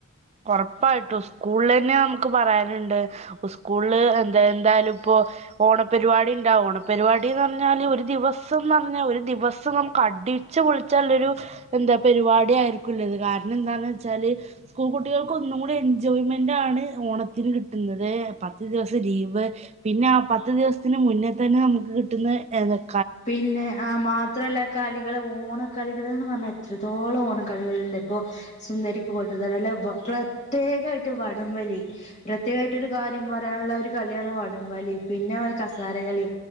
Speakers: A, on the right; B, on the left.
A: ഉറപ്പായിട്ടു സ്കൂളിൽ തന്നെ നമുക്ക് പറയാനുണ്ട് സ്കൂളില് എന്താ എന്തായാലും ഇപ്പൊ ഓണപരിപാടി ഉണ്ടാ ഓണപരിപാടിന്ന് പറഞ്ഞാല് ഒരു ദിവസംന്ന് പറഞ്ഞാ ഒരു ദിവസം നമുക്ക് അടിച്ചു പൊളിച്ചുള്ളരു എന്താ പരിപാടി ആയിരിക്കുള്ളത് കാരണം എന്താന്ന് വെച്ചാല് സ്കൂൾ കുട്ടികൾക്ക് ഒന്നും കൂടി എൻജോയ്മെന്റാണ് ഓണത്തിന് കിട്ടുന്നത് പത്ത് ദിവസം ലീവ് പിന്നെ ആ പത്ത് ദിവസത്തിന് മുന്നേ തന്നെ നമുക്ക് കിട്ടുന്ന ഏന്താപ
B: പിന്നെ ആ മാത്രല്ല കളി ളികളെ ഓണക്കളികള്ന്ന് പറഞ്ഞാൽ എത്രത്തോളം ഓണക്കളികളുണ്ട് ഇപ്പൊ സുന്ദരിക്ക് പോട്ട്തൊടാൻ അല്ല പൊ പ്രത്യേകമായിട്ട് വടംവലി പ്രത്യേകമായിട്ട് ഒരു കാര്യം പറയാനുള്ള ഒരു കളിയാണ് വടംവലി പിന്നെല കസാരകളി